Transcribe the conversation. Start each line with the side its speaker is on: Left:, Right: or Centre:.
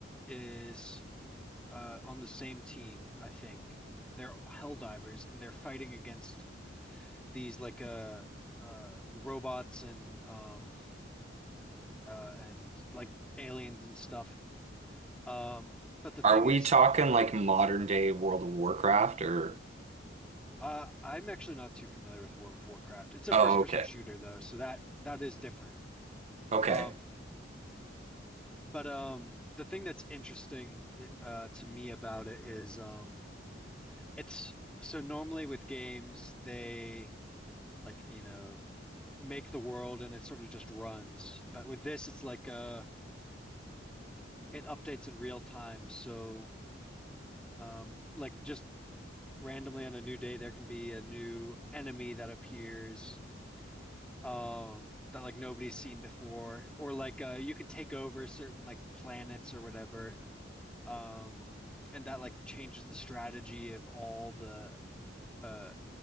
Centre: is uh on the same team, I think. They're hell divers and they're fighting against these like uh uh robots and um uh and like aliens and stuff. Um, but the thing
Right: Are we
Centre: is,
Right: talking like modern day World of Warcraft or?
Centre: uh I'm actually not too familiar with World of Warcraft. It's a
Right: Oh,
Centre: first person
Right: okay.
Centre: shooter though, so that that is different.
Right: Okay.
Centre: Um But um, the thing that's interesting uh, to me about it is um, it's so normally with games they like you know make the world and it sort of just runs. But with this, it's like uh, it updates in real time. So um, like just randomly on a new day, there can be a new enemy that appears um, that like nobody's seen before, or like uh, you can take over certain like planets or whatever. Um, and that like changes the strategy of all the uh